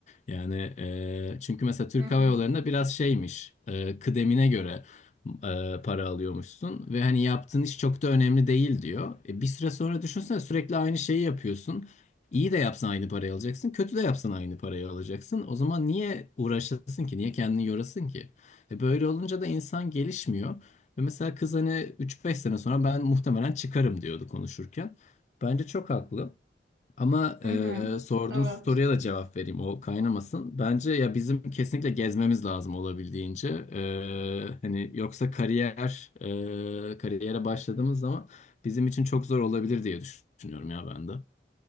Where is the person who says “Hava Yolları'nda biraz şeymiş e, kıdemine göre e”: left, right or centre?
Left